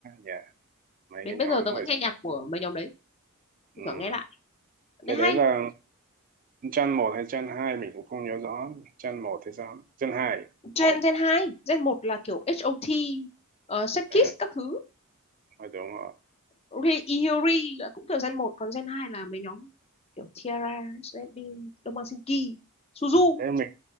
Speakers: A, on the right; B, on the left.
A: yeah. mấy
B: đến
A: cái
B: bây
A: nhóm
B: giờ tớ
A: hồi
B: vẫn nghe nhạc của mấy nhóm đấy
A: ừm,
B: thỉnh thoảng nghe lại
A: cái
B: thấy hay
A: đấy là Gen một hay Gen 2 mình cũng không nhớ rõ Gen một thì sao Gen hai
B: Gen Gen 2, Gen một là kiểu HOT, uh, Sex
A: à,
B: Kiss các thứ.
A: đúng rồi
B: Ri- Iori là cũng kiểu Gen một, còn Gen 2 là mấy nhóm kiểu Tiara, SB, Domasinki, Suzu.
A: thế mình